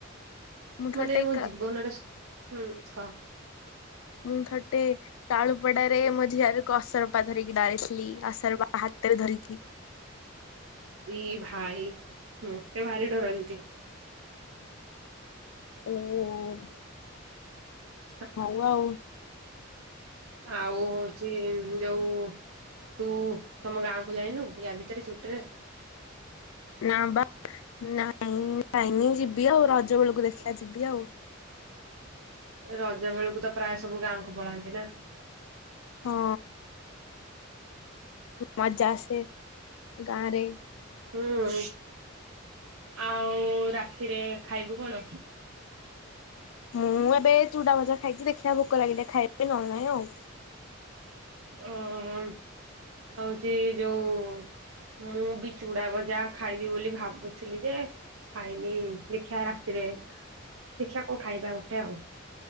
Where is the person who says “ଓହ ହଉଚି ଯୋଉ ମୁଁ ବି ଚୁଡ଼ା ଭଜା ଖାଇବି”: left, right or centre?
Right